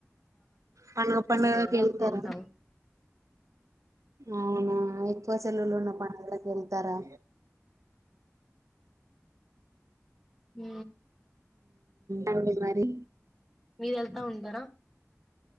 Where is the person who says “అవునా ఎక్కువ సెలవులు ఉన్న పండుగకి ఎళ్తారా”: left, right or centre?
Right